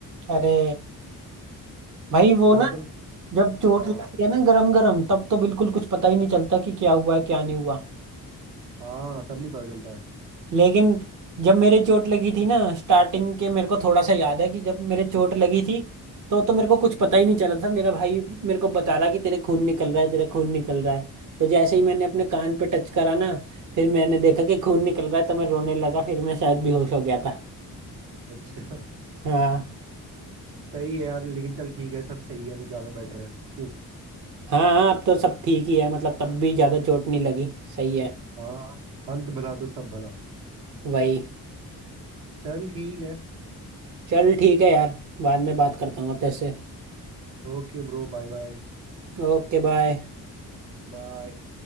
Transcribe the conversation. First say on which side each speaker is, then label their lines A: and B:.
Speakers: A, on the right; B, on the right.
A: अरे भाई वो
B: वो
A: ना
B: एकदम
A: जब चोट
B: हाँ
A: लगती है ना गरम गरम तब तो बिल्कुल कुछ पता ही नहीं चलता कि क्या हुआ है क्या नहीं हुआ
B: हाँ तब नहीं पता चलता है
A: लेकिन जब मेरे चोट लगी थी ना स्टार्टिंग के मेरे को थोड़ा सा याद है कि जब मेरे चोट लगी थी तो तो मेरे को कुछ पता ही नहीं चला था मेरा भाई मेरे को बता रहा कि तेरे खून निकल रहा है तेरे खून निकल रहा है तो जैसे ही मैंने अपने कान पे टच करा ना फिर मैंने देखा कि खून निकल रहा है तो मैं रोने लगा फिर मैं शायद बेहोश हो गया था
B: अच्छा
A: हाँ
B: सही है यार लेकिन चल ठीक है सब सही है तो ज्यादा बेटर है क्यों
A: हाँ हाँ, अब तो सब ठीक ही है मतलब तब भी ज़्यादा चोट नहीं लगी सही है
B: हाँ अंत भला तो सब भला
A: वही
B: चल ठीक है
A: चल ठीक है यार बाद में बात करता हूँ अब तेरे से
B: Okay bro bye bye
A: Okay bye
B: Bye